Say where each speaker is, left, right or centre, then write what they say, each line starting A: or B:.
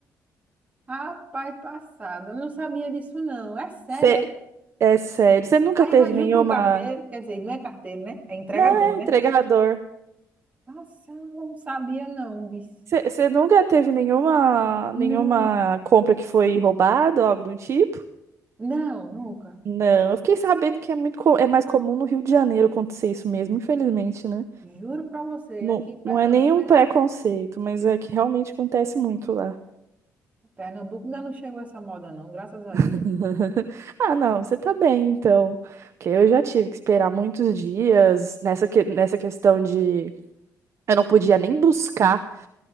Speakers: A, on the right (about 20°); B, on the right (about 45°).
A: Rapaz, passada. Não sabia disso, não. É sério,
B: Cê-
A: é?
B: é sério. Você nunca
A: Aí
B: teve
A: vai junto
B: nenhuma,
A: com o carteiro, quer dizer, não é carteiro, né? É entregador,
B: não, é
A: né?
B: entregador.
A: Passada, não sabia, não, bicho.
B: Você nunca teve nenhuma,
A: Não,
B: nenhuma compra que foi roubada ou algo do tipo?
A: não, nunca.
B: Não, eu fiquei sabendo que é muito, co- é mais comum no Rio de Janeiro acontecer isso mesmo, infelizmente, né?
A: Juro pra você,
B: Não,
A: aqui em Pernambuco
B: não é nenhum
A: ainda
B: preconceito,
A: não,
B: mas é que realmente acontece muito lá.
A: Pernambuco ainda não chegou essa moda, não, graças a
B: <laughs>
A: Deus.
B: Ah, não, você tá bem, então. Porque eu já tive que esperar muitos dias nessa, que, nessa questão de eu não podia nem buscar